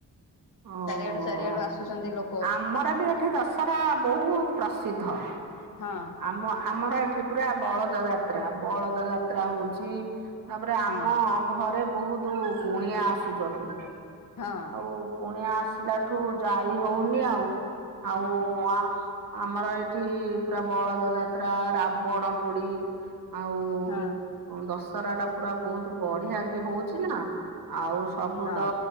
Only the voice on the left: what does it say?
ଚାରିଆଡୁ ଚାରିଆଡୁ ଆସୁଛନ୍ତି ଲୋକ।
ହଁ
ହଁ
ହଁ
ହଁ।
ହଁ